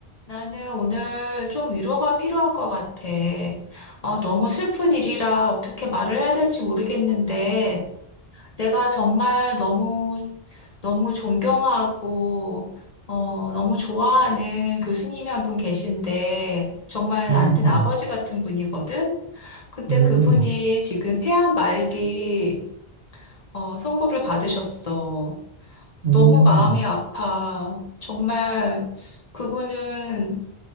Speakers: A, on the left (about 40°); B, on the right (about 65°).
A: 나는 오늘 좀 위로가 필요한 것 같아. 어, 너무 슬픈 일이라 어떻게 말을 해야 될지 모르겠는데, 내가 정말 너무, 너무 존경하고, 어, 너무 좋아하는 교수님이 한 분 계신데, 정말
B: 음,
A: 나한테는 아버지 같은 분이거든? 근데
B: 음,
A: 그분이 지금 폐암 말기, 어, 선고를 받으셨어.
B: 음,
A: 너무 마음이 아파. 정말 그분은